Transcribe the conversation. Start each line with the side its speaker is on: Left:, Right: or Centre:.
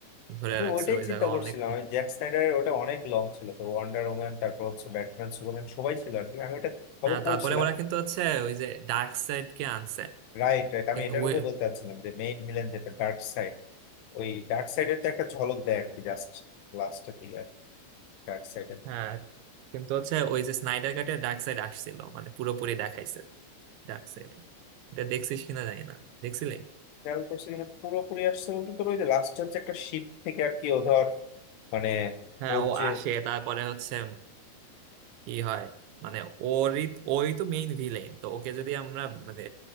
Right: ধরে
Left: আমি
Right: রাখছে
Left: ওইটাই
Right: ওই
Left: চিন্তা
Right: জায়গা
Left: করছিলাম
Right: অনেক
Left: আমি জ্যাক স্নাইডারের ওটা অনেক লং ছিল তো ওয়ান্ডার ওম্যান তারপর হচ্ছে ব্যাটম্যান সুপারম্যান সবাই ছিল আর কি আমি ওটা ফলো
Right: হ্যাঁ
Left: করছিলাম
Right: তারপরে ওরা কিন্তু হচ্ছে ওই যে ডার্ক সাইড কে আনছে
Left: রাইট রাইট
Right: কিন্তু
Left: আমি এটার কথাই
Right: ওই
Left: বলতে চাচ্ছিলাম যে মেইন ভিলেন যেটা ডার্ক সাইড ওই ডার্ক সাইডের তো একটা ঝলক দেয় আর কি জাস্ট লাস্টের দিকে আর ডার্ক সাইডের
Right: হ্যাঁ কিন্তু হচ্ছে ওই যে স্নাইডার কাটে ডার্ক সাইড আসছিল মানে পুরোপুরি দেখাইছে ডার্ক সাইড এটা দেখছিস কিনা জানি না দেখছিলি
Left: খেয়াল করছি কিনা পুরোপুরি আসছে কিন্তু ওই যে লাস্ট হচ্ছে একটা শিপ থেকে আর কি ও ধর মানে
Right: হ্যাঁ
Left: ওর
Right: ও
Left: যে
Right: আসে তারপরে হচ্ছে কি হয় মানে ওরই ওই তো মেইন ভিলেন তো ওকে যদি আমরা মানে